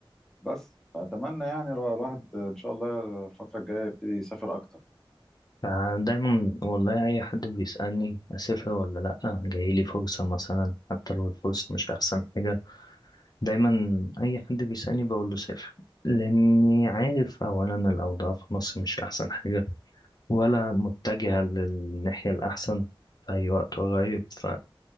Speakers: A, in the centre; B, on the left.
A: بس فاتمنى يعني را- الواحد ان شاء الله الفتره الجايه يبتدي يسافر اكتر
B: فدايما والله أي حد بيسألني أسافر ولا لأ جايلي فرصة مثلا حتى لو الفرصة مش أحسن حاجة دايما أي حد بيسألني بقول له سافر لأني عارف أولا الأوضاع في مصر مش أحسن حاجة ولا متجهة للناحية الأحسن في أي وقت قريب ف-